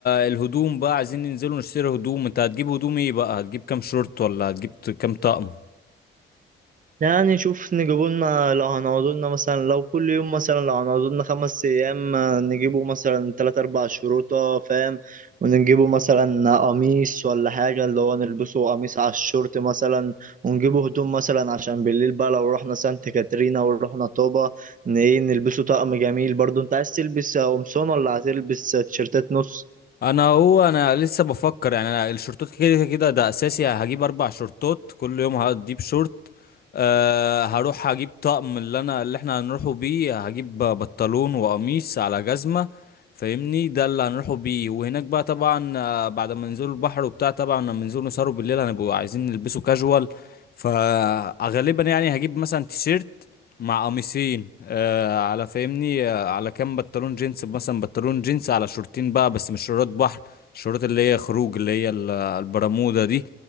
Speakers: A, on the left (about 50°); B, on the right (about 40°).
A: الهدوم بقى عايزين ننزلوا نشتري هدوم أنت هتجيب هدوم إيه بقى؟ هتجيب كام شورت ولا هتجيب ت- كام طقم؟
B: يعني شوف نجيبوا لنا لو هنقعدوا لنا مثلا لو كل يوم مثلا لو هنقعدوا لنا خمس أيام آه، نجيبوا مثلا تلات أربع شروطة فاهم ونجيبوا مثلا قميص ولا حاجة اللي هو نلبسه قميص على الشورت مثلا ونجيبوا هدوم مثلا عشان بالليل بقى لو رحنا سانت كاترينا ورحنا طوبة ن- إيه نلبسه طقم جميل برضو أنت عايز تلبس قمصان ولا هتلبس تيشيرتات نص؟
A: انا هو انا لسه بفكر يعني انا الشورتات كده كده ده اساسي هجيب اربع شورتات كل يوم هجيب شورت أه هروح هجيب طقم اللي انا اللي احنا هنروحوا بيه هجيب بنطلون وقميص على جزمة فاهمني ده اللي هنروحوا بيه وهناك بقى طبعا آه، بعد ما ننزلوا البحر وبتاع طبعا لما ننزلوا نسهروا بالليل هنبقوا عايزين نلبسوا كاجوال فغالبا يعني هجيب مثلا تيشيرت مع قميصين آه على فاهمني آه على كام بنطلون جينز مثلا بنطلون جينز على شورتين بقى بس مش شورت بحر الشورت اللي هي خروج اللي هي ال- البرمودا دي